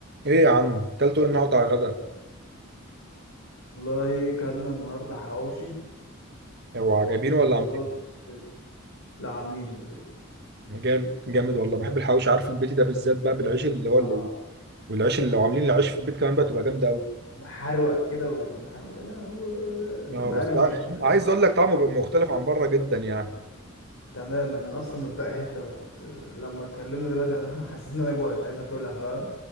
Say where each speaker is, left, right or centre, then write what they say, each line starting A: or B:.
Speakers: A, on the right (about 50°); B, on the left (about 65°).
A: ايه يا عم اكلته ايه النهارده على الغدا
B: والله كلنا النهارده حواوشي
A: هو عجبينه ولا
B: وبطاطس
A: عاملين
B: وكده لا عاملينه في البيت
A: جامد جامد والله بحب الحواوشي عارف البيتي ده بالذات بقى بالعيش اللي هو
B: اه
A: اللي والعيش اللي لو عاملين العيش في البيت كمان بقى تبقى جامده قوي
B: محروق كده ويبقى محروق يا لهوي ومقرمش
A: اه بس ع-
B: كده
A: عايز اقول لك طعمه بيبقى مختلف عن بره جدا يعني
B: تماما انا اصلا متبقي حته كنت لما اتكلمنا دلوقتي <laughs> حسيت ان انا جوعت عايز اكلها فاهم